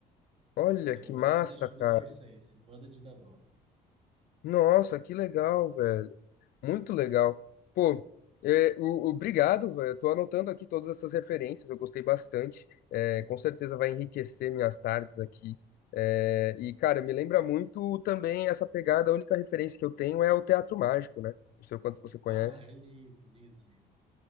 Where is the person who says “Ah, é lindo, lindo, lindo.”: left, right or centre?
Right